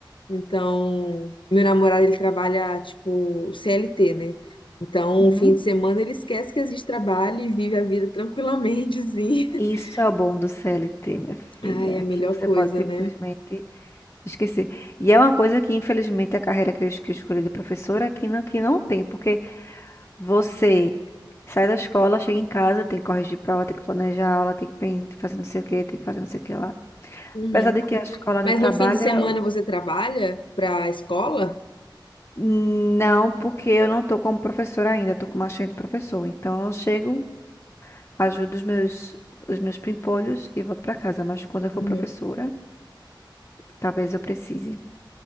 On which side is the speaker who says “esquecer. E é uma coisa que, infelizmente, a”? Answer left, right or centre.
Left